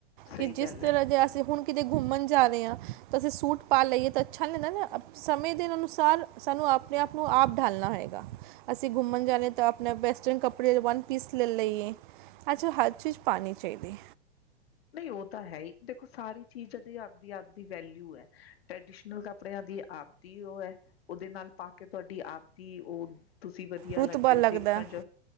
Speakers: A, on the left; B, on the right.
A: ਸਹੀ
B: ਕਿ ਜਿਸ
A: ਗੱਲ
B: ਤਰ੍ਹਾਂ
A: ਹੈ
B: ਜੇ ਅਸੀਂ ਹੁਣ ਕਿਤੇ ਘੁੰਮਣ ਜਾ ਰਹੇ ਹਾਂ ਤਾਂ ਅਸੀਂ ਸੂਟ ਪਾ ਲਈਏ ਤਾਂ ਅੱਛਾ ਨਹੀਂ ਨਾ, ਸਮੇਂ ਦੇ ਅਨੁਸਾਰ ਸਾਨੂੰ ਆਪਣੇ ਆਪ ਨੂੰ ਆਪ ਡਾਲਣਾ ਹੈਗਾ ਅਸੀਂ ਗੁੰਮਣ ਜਾ ਰਹੇ ਹਾਂ ਤਾਂ ਆਪ ਆਪਣੇ ਵੈਸਟਰਨ ਕਪੜੇ ਵਨ ਪੀਸ ਲੈ ਲਈਏ ਅੱਜਾ ਹਰ ਚੀਜ਼ ਪਾਣੀ ਚਾਹੀਦੀ
A: ਉਹ ਤਾਂ ਹੈ ਹੀ ਦੇਖੋ ਸਾਰੀ ਚੀਜ਼ਾਂ ਦੇ ਆਪਦੀ ਆਪਦੀ ਵੈਲਿਊ ਹੈ ਟ੍ਰਡੀਸ਼ਨਲ ਕੱਪੜਿਆਂ ਦੀ ਆਪਦੀ ਉਹ ਐ, ਉਹਦੇ ਨਾਲ ਪਾ ਕੇ ਤੁਹਾਡੀ ਆਪਦੀ ਉਹ ਤੁਸੀਂ ਵਧੀਆ
B: ਰੁਤਬਾ
A: ਲੱਗਦੇ
B: ਲੱਗਦਾ
A: ਔ ਦੇਖਣ ਚ